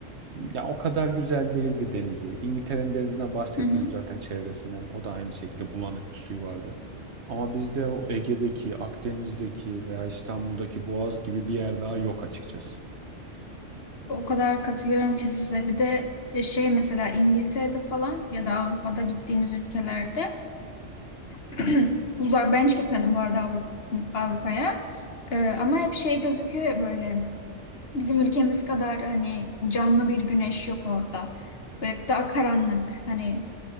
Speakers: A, on the right (about 65°); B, on the left (about 55°).
A: Ya o kadar güzel değildi denizi. İngiltere'nin denizinden bahsetmiyorum
B: Hı hı.
A: zaten çevresinden. O da aynı şekilde bulanık bir suyu vardı. Ama bizde o Ege'deki, Akdeniz'deki veya İstanbul'daki Boğaz gibi bir yer daha yok açıkçası.
B: O kadar katılıyorum ki size. Bir de e, şey mesela İngiltere'de falan ya da Avrupa'da gittiğiniz ülkelerde <clears throat> uzak ben hiç gitmedim bu arada Avrupa, kısmı Avrupa'ya. Ee, ama hep şey gözüküyor ya böyle bizim ülkemiz kadar hani canlı bir güneş yok orada. Böyle daha karanlık hani